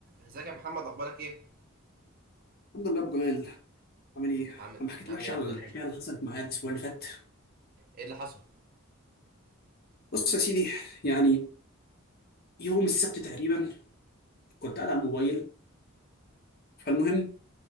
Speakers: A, on the right; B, on the left.
A: ازيك يا محمد اخبارك ايه؟
B: الحمد لله ابو جمال عامل ايه؟ انا
A: عامل
B: ما حكيتلكش
A: عامل ايه
B: على
A: يا ابني
B: الحكايه
A: وحشني؟
B: اللي حصلت معايا الاسبوع اللي فات
A: ايه اللي حصل؟
B: بص يا سيدي يعني يوم السبت تقريبا كنت قاعد على الموبايل فالمهم